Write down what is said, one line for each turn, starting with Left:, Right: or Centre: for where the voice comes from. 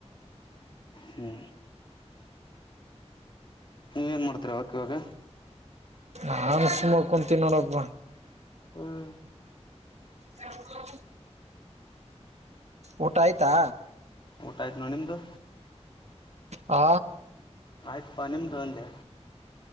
Left: ಹ್ಮ್ ನೀವ ಏನ್ ಮಾಡ್ತೀರ ವರ್ಕ್ ಇವಾಗ
Right: ನಾನ್ ಸುಮ ಕುಂತೀನಿ ನೋಡಬ್ಬ
Left: ಹ್ಮ್
Right: ಹ ಊಟ ಆಯ್ತಾ
Left: ಊಟ ಆಯ್ತ್ ನೋ ನಿಮ್ದು
Right: ಹ
Left: ಆಯ್ತು ಪನಿಮ ತಂದೆ